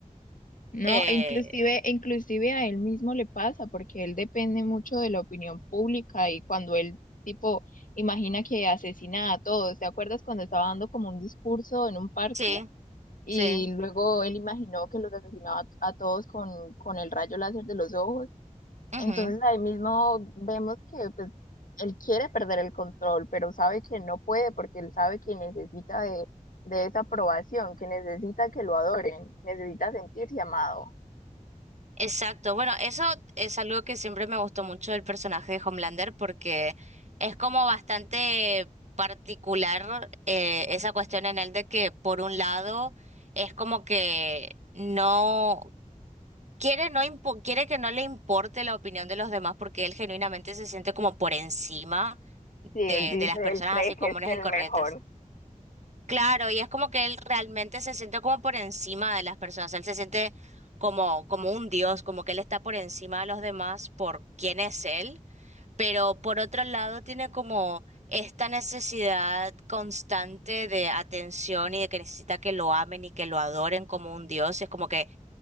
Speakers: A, on the left; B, on the right.
A: No,
B: Eh,
A: e inclusive, e inclusive a él mismo le pasa, porque él depende mucho de la opinión pública y cuando él, tipo, imagina que asesina a todos, ¿te acuerdas cuando estaba dando como un discurso en un parque
B: sí,
A: y
B: sí.
A: luego él imaginó que los asesinaba a todos con, con el rayo láser de los ojos?
B: ujú.
A: Entonces ahí mismo vemos que pues él quiere perder el control, pero sabe que no puede porque él sabe que necesita de, de esa aprobación, que necesita que lo adoren, necesita sentirse amado.
B: Exacto. Bueno, eso es algo que siempre me gustó mucho del personaje de Homelander porque es como bastante particular eh, esa cuestión en él de que por un lado es como que no Quiere, no impo- quiere que no le importe la opinión de los demás porque él genuinamente se siente como por encima
A: Sí, él
B: de,
A: dice,
B: de las personas
A: él cree
B: así
A: que
B: comunes
A: es el
B: y corrientes.
A: mejor.
B: Claro, y es como que él realmente se siente como por encima de las personas. Él se siente como, como un dios, como que él está por encima de los demás por quién es él. Pero por otro lado tiene como esta necesidad constante de atención y de que necesita que lo amen y que lo adoren como un dios. Es como que